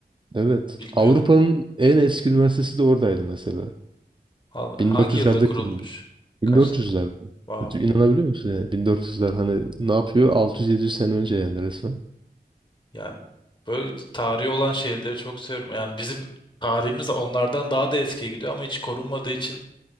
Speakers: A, on the right (about 30°); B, on the left (about 30°).
A: Evet.
B: Bilmiyorum.
A: Avrupa'nın en eski üniversitesi de oradaydı mesela.
B: Al- Hangi
A: 1400'lerde
B: yılda kurulmuş?
A: kurulmuş. 1400'lerde.
B: Kaçtı? Wow.
A: İnanabiliyor musun yani? 1400'ler hani ne yapıyor? 600-700 sene önce yani resmen.
B: Yani böyle tarihi olan şehirleri çok seviyorum. Yani bizim tarihimiz onlardan daha da eskiye gidiyor ama hiç korunmadığı için